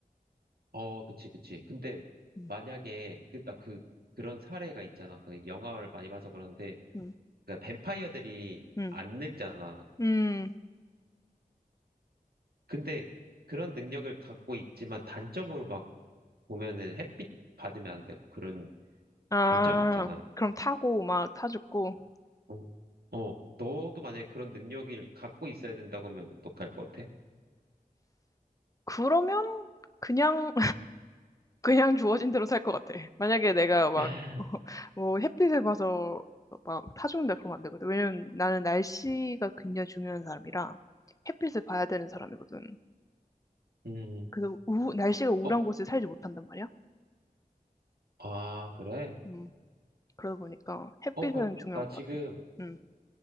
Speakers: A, on the right (about 85°); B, on the left (about 20°).
A: 어 그치 그치. 근데
B: 음.
A: 만약에 그 나 그 그런 사례가 있잖아. 그 영화를 많이 봐서 그런데
B: 음,
A: 그 뱀파이어들이
B: 음,
A: 안 늙잖아.
B: 음.
A: 근데 그런 능력을 갖고 있지만 단점으로 막 보면은 햇빛 받으면 안 되고 그런
B: 아,
A: 단점이 있잖아.
B: 그럼 타고 막 타죽고.
A: 어, 어, 너도 만약에 그런 능력을 갖고 있어야 된다고 하면 어떡할 것 같아?
B: 그러면 그냥 그냥 주어진 대로 살 것 같아. 만약에 내가 막,
A: <laughs>
B: <laughs> 뭐, 햇빛을 봐서 막 타죽는다 그러면 안 되거든. 왜냐면 나는 날씨가 굉장히 중요한 사람이라 햇빛을 봐야 되는 사람이거든.
A: 음,
B: 그래서 우, 날씨가 우울한
A: 어,
B: 곳에 살지 못한단 말이야.
A: 아, 그래?
B: 음, 그러다 보니까 햇빛은
A: 어, 그,
B: 중요한
A: 나 지금
B: 것 같아. 음.